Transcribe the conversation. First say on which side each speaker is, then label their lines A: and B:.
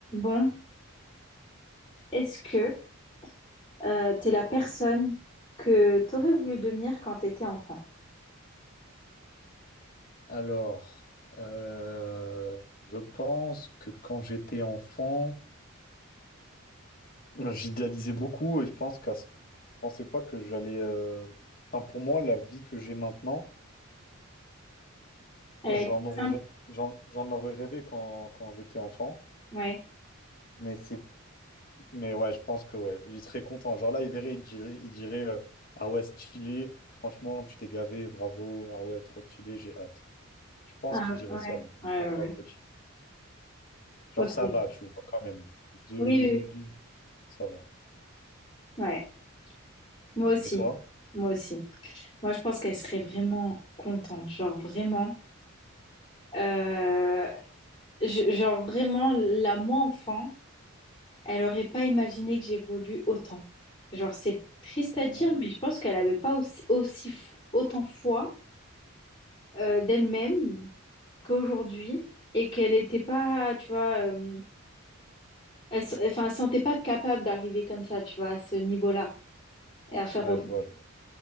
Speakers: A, on the left; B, on the left.
A: Bon, est-ce que euh, t'es la personne que t'aurais voulu devenir quand t'étais enfant?
B: Alors, euh, je pense que quand j'étais enfant, j'idéalisais beaucoup et je pense qu'à ce- je pensais pas que j'allais. euh, enfin, pour moi, la vie que j'ai maintenant,
A: Euh,
B: j'en aurais
A: simple,
B: rêvé, j'en, j'en aurais rêvé quand, quand j'étais enfant.
A: ouais.
B: Mais c'est Mais ouais, je pense que ouais, il serait content. Genre là, il verrait, il dirait, il dirait euh, Ah ouais, stylé, franchement, tu t'es gavé, bravo, ah ouais, trop stylé, j'ai hâte. Je pense
A: Ah,
B: qu'il dirait
A: ouais,
B: ça, le
A: ouais,
B: mon
A: ouais,
B: grand
A: ouais.
B: petit. Genre
A: Ok.
B: ça
A: Oui,
B: va, tu vois, quand même. Deux,
A: oui,
B: douze,
A: oui.
B: douze, ça va.
A: Ouais. Moi aussi.
B: Et toi?
A: Moi aussi. Moi, je pense qu'elle serait vraiment contente, genre vraiment. Euh, je- genre vraiment, la moi enfant, elle aurait pas imaginé que j'évolue autant. Genre, c'est triste à dire,
B: Hein
A: mais je pense qu'elle avait pas aussi, aussi f- autant foi euh, d'elle-même qu'aujourd'hui et qu'elle était pas, tu vois, euh, elle, se- enfin, elle sentait pas capable d'arriver comme ça, tu vois, à ce niveau-là et à faire
B: Ouais,
A: autant.
B: je vois, je vois.